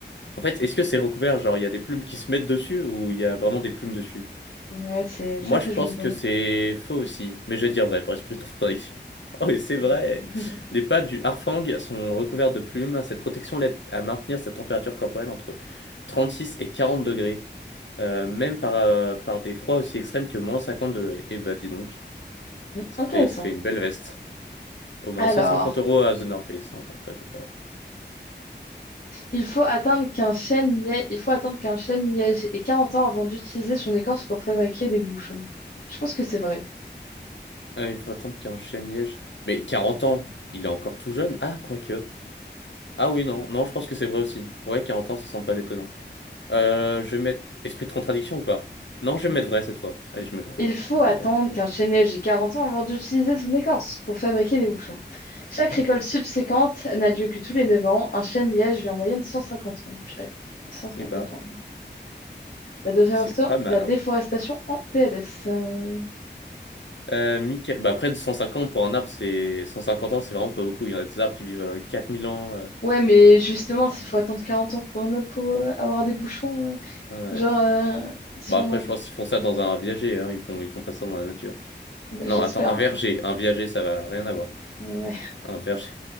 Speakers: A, on the left; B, on the left.
A: En fait, est-ce que c'est recouvert? Genre, il y a des plumes qui se mettent dessus ou il y a vraiment des plumes dessus?
B: Ouais, c'est
A: Moi,
B: ça que
A: je
B: je
A: pense
B: me pose.
A: que c'est faux aussi, mais je vais dire vrai par esprit de contradiction. <laughs> Oh, et c'est vrai!
B: <laughs>
A: Les pattes du harfang sont recouvertes de plumes. Cette protection l'aide à maintenir sa température corporelle entre 36 et 40 degrés, euh, même par, euh, par des froids aussi extrêmes que moins 50 degrés. Et bah dis donc, ça
B: Intéressant.
A: fait, ça fait une belle veste. Au moins
B: Alors.
A: 150 euros à The North Face, hein. Après, je... sais pas.
B: Il faut atteindre qu'un chêne liège, il faut attendre qu'un chêne liège ait 40 ans avant d'utiliser son écorce pour fabriquer des bouchons. Je pense que c'est vrai.
A: Ah, il faut attendre qu'il y ait un chêne-liège. Mais 40 ans, il est encore tout jeune. Ah, quoique. Ah oui, non, non, je pense que c'est vrai aussi. Ouais, 40 ans, ça semble pas déconnant. Euh, je vais mettre esprit de contradiction ou pas? Non, je vais mettre vrai cette fois. Allez, je mets vrai.
B: Il faut attendre
A: Let's go.
B: qu'un chêne liège ait 40 ans avant d'utiliser son écorce pour fabriquer des bouchons. Chaque récolte subséquente n'a lieu que tous les 9 ans. Un chêne liège vit en moyenne 150 ans. Purée. 150
A: Et bah,
B: ans. La déforesta-
A: c'est pas mal,
B: la déforestation
A: hein.
B: en PLS. Euh,
A: Euh, Michael... Bah après, de 150 ans, pour un arbre, c'est... 150 ans, c'est vraiment pas beaucoup. Il y en a des arbres qui vivent euh, 4000 ans. euh,
B: Ouais, mais justement, s'il faut attendre 40 ans pour, un- pour euh, avoir des bouchons, euh,
A: euh,
B: genre, euh, si
A: Bah
B: on
A: après,
B: en...
A: je pense qu'ils font ça dans un viager, hein. Ils font... Ils font pas ça dans la nature.
B: bah,
A: Non,
B: j'espère.
A: attends, un
B: hein.
A: verger. Un viager, ça va rien avoir.
B: Ouais.
A: Un verger.